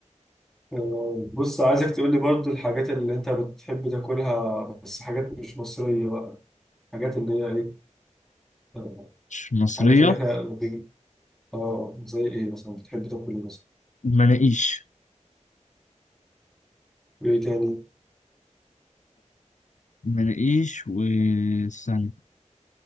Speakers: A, in the centre; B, on the left.
A: آه، بص عايزك تقول لي برضو الحاجات اللي انت بتحب تاكلها بس حاجات مش مصرية بقى حاجات اللي هي ايه آه،
B: مش مصريه
A: حاجات اللي احنا بي- اه زي ايه مثلا بتحب تاكل ايه مثلا
B: مناقيش
A: وايه تاني
B: مناقيش والثانية